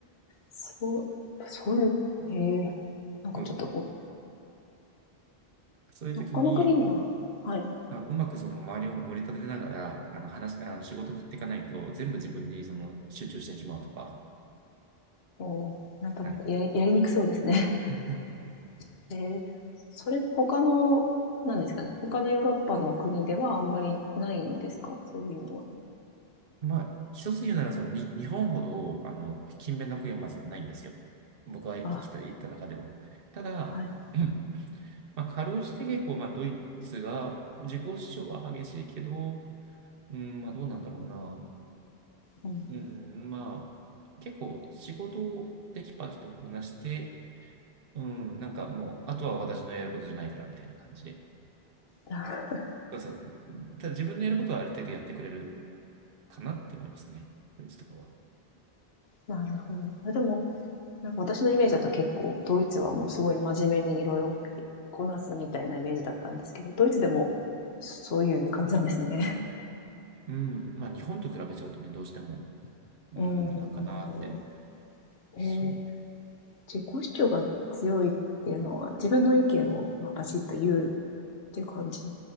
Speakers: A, on the left; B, on the right.
A: そう、そういう、へえ、なんかちょっと、
B: そう、
A: お
B: そういうときに、
A: 他の国には、はい、
B: あ、うまくその周りを盛り立てながら、あの話、あの仕事振っていかないと、全部自分にその集中してしまうとか。
A: おなんとなくやり、
B: はい。
A: やりにくそうですね。
B: <laughs>
A: <laughs> ええ、それ、他の、なんですかね。他のヨーロッパの国ではあんまりないんですかそういうのは。
B: まあ、一つ言うなら、そのに、日本ほど、あの、勤勉な国はまずないんですよ。僕が来た、
A: あ、
B: 行った中でも。ただ、
A: はい。
B: <clears throat> まあ、かろうじて結構、まあ、ドイツが、自己主張は激しいけど、うん、まあ、どうなんだろうな。
A: うん。
B: うん、まあ、結構、仕事をテキパキとこなして、うん、なんかもう、あとは私のやることじゃないから、みたいな感じで。
A: あ
B: そうそう。ただ自分のやることはある程度やってくれるかなって思いますね。ドイツとかは。
A: なるほど。え、でも、なんか私のイメージだと結構ドイツはもうすごい真面目にいろいろこなすみたいなイメージだったんですけど、ドイツでもそういう感じなんですね。
B: うん。まあ日本と比べちゃうとね、どうしても、
A: <laughs>
B: うん、
A: うーん、
B: なんかなって。
A: あなるほど。
B: そう。
A: へ自己主張が強いっていうのは自分の意見を、まあ、バシッと言うっていう感じ。